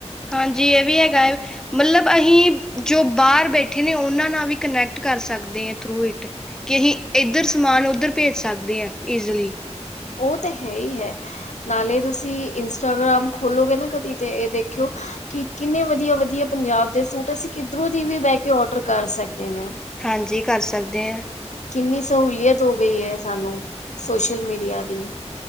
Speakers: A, in the centre; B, on the left (about 85°).
A: ਹਾਂਜੀ ਇਹ ਵੀ ਹੈਗਾ ਹੈ। ਮਤਲਬ ਅਸੀਂ ਜੋ ਬਾਹਰ ਬੈਠੇ ਨੇ ਉਹਨਾਂ ਨਾਲ ਵੀ ਕਨੈਕਟ ਕਰ ਸਕਦੇ ਹ ਥਰੂ ਇਟ। ਕਿ ਅਸੀਂ ਇੱਧਰ ਸਮਾਨ ਉੱਧਰ ਭੇਜ ਸਕਦੇ ਹਾ ਇੱਸੀਲੀ।
B: ਉਹ ਤੇ ਹੈ ਹੀ ਹੈ। ਨਾਲੇ ਤੁਸੀਂ ਇੰਸਟਾਗ੍ਰਾਮ ਖੋਲੋਗੇ ਨਾ ਕਦੀ ਤੇ ਇਹ ਦੇਖਿਓ। ਕਿ ਕਿੰਨੇ ਵਧੀਆ ਵਧੀਆ ਪੰਜਾਬ ਦੇ ਸੂਟ ਅਸੀਂ ਕਿਧਰੋਂ ਦੀ ਵੀ ਬਹਿ ਕੇ ੳਡਰ ਕਰ ਸਕਦੇ ਨੇ।
A: ਹਾਂਜੀ ਕਰ ਸਕਦੇ ਹਾਂ।
B: ਕਿੰਨੀ ਸਹੂਲੀਅਤ ਹੋ ਗਈ ਹੈ ਸਾਨੂੰ ਸੋਸ਼ਲ ਮੀਡਿਆ ਦੀ।